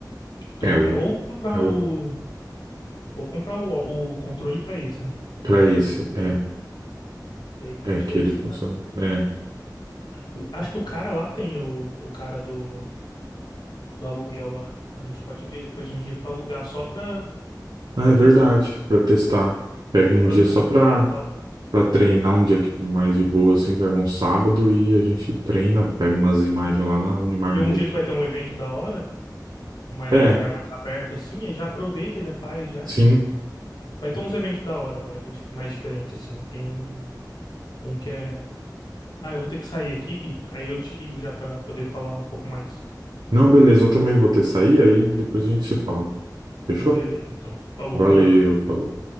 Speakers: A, on the left (about 70°); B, on the right (about 65°).
A: Trocar.
B: É o.
A: Ou comprar
B: é
A: o.
B: o
A: Ou comprar o, ó- o controle pra esse, né?
B: Para
A: O óculos
B: esse,
A: e o controle.
B: é,
A: Daí fica
B: é
A: diferenciado.
B: que ele funciona. É,
A: O- acho que o cara lá tem o, o cara do, do aluguel lá. A gente pode ver depois um dia pra alugar só pra,
B: ah,
A: pra
B: é
A: testar.
B: verdade, para testar. Pega
A: Só
B: um
A: pra
B: dia
A: ver
B: só
A: como
B: para
A: que é e tal.
B: para treinar, um dia que- mais de boa, assim, pega um sábado e a gente treina, pega umas imagens lá na Unimar
A: É Ver um
B: mesmo.
A: dia que vai ter um evento da hora, mais-
B: É,
A: num lugar mais aberto assim, aí já aproveita, já faz, já.
B: sim.
A: Vai ter uns eventos da hora agora, que é dif- mais diferente assim. Tem um, um que é. Ah, eu vou ter que sair aqui, Gui. Aí eu te ligo já pra poder falar um pouco mais.
B: Não, beleza, eu também vou ter que sair, aí depois a gente se fala. Fechou?
A: Ah, beleza, então. Falou,
B: Valeu,
A: mano.
B: falou.